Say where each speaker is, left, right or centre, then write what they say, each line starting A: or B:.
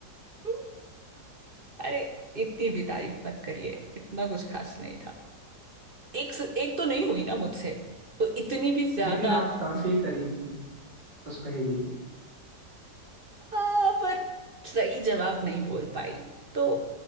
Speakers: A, on the right (about 35°); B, on the right (about 70°).
A: हम्म, अरे इतनी भी तारीफ मत करिए इतना कुछ खास नहीं था एक से- एक तो नहीं हुई ना मुझसे तो इतनी भी ज्यादा
B: लेकिन आप काफी
A: हम्म,
B: करीब थी उस पहेली के
A: आ, पर सही जवाब नहीं बोल पाई तो